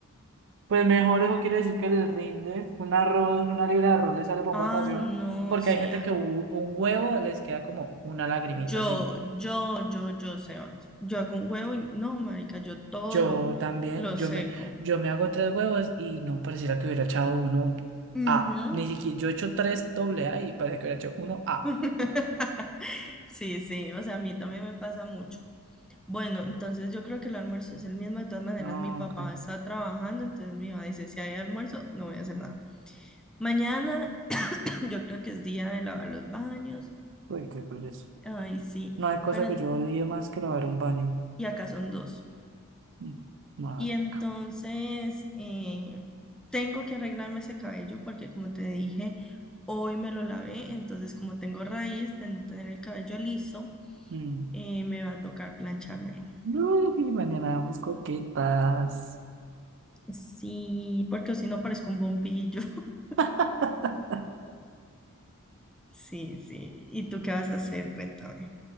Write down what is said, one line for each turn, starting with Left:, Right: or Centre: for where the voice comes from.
Right: Pues mejor eso quiere decir que les rinde, un arroz, una libra de arroz le sale por un
Centre: Ah,
Right: batallón,
Centre: no,
Right: porque
Centre: sí.
Right: hay gente
Centre: ah.
Right: que u- un huevo les queda como una lagrimita,
Centre: Yo,
Right: así.
Centre: yo, yo, yo, Sebas. Yo hago un huevo y no, marica, yo todo
Right: Yo
Centre: lo,
Right: también,
Centre: lo
Right: yo
Centre: seco.
Right: me, yo me hago tres huevos y no pareciera que hubiera echado uno
Centre: Ujú.
Right: A. Ni siquiera, yo he hecho tres doble A y parece que hubiera hecho uno A.
Centre: <laughs> Sí, sí, o sea, a mí también me pasa mucho. Bueno, entonces yo creo que el almuerzo es el mismo. De todas maneras,
Right: Ah,
Centre: mi papá
Right: ok.
Centre: está trabajando, entonces mi mamá dice, si hay almuerzo, no voy a hacer nada. Mañana <clears throat> yo creo que es día de lavar los baños.
Right: Uy, qué pereza.
Centre: Ay, sí,
Right: No hay cosa
Centre: pero
Right: que yo odie más que lavar un baño.
Centre: y acá son dos.
Right: Mm, Marica.
Centre: Y entonces eh, tengo que arreglarme ese cabello porque como te dije, hoy me lo lavé, entonces como tengo raíz de no tener el cabello liso,
Right: Mm.
Centre: eh, me va a tocar planchármelo.
Right: No, y mañana vamos coquetas.
Centre: Sí, porque si no parezco un bombillo. <laughs>
Right: <laughs>
Centre: Sí, sí. ¿Y tú qué vas a hacer? Cuéntame.